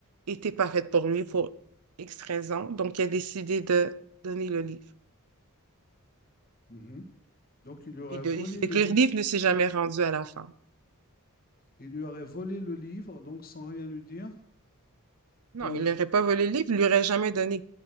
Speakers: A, on the right; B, on the left.
A: était pas faite pour lui pour X raison. Donc, il a décidé de donner le livre.
B: Mhm. Donc, il lui aurait
A: Puis de...
B: volé
A: Fait
B: le
A: que
B: livre.
A: le livre ne s'est jamais rendu à la femme.
B: Il lui aurait volé le livre, donc sans rien lui dire,
A: Non,
B: pour le...
A: il
B: je-
A: n'aurait pas volé le livre, il lui aurait jamais donné.